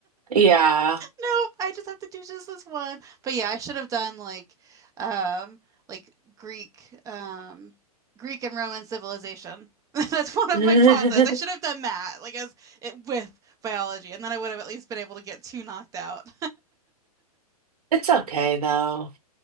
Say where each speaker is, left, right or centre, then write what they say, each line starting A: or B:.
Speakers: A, on the right (about 70°); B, on the right (about 15°).
A: Yeah.
B: no I just have to do just this one but yeah I should have done like um like Greek um Greek and Roman civilization <laughs> that's one of
A: <laughs>
B: my classes I should have done that like as it with biology and then I would have at least been able to get two knocked out
A: It's okay though.